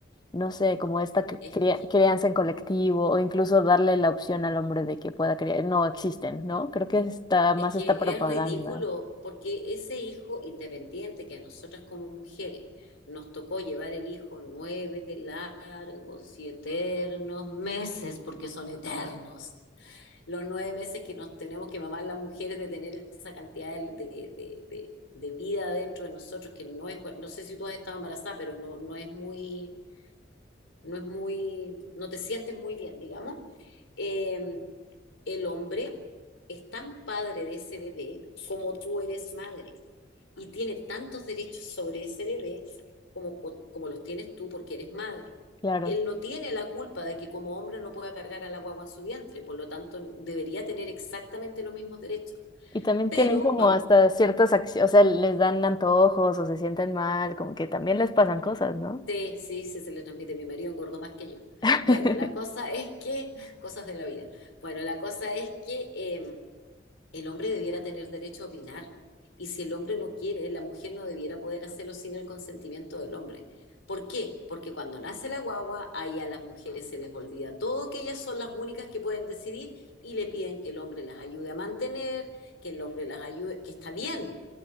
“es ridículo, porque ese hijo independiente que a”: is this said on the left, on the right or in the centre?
Left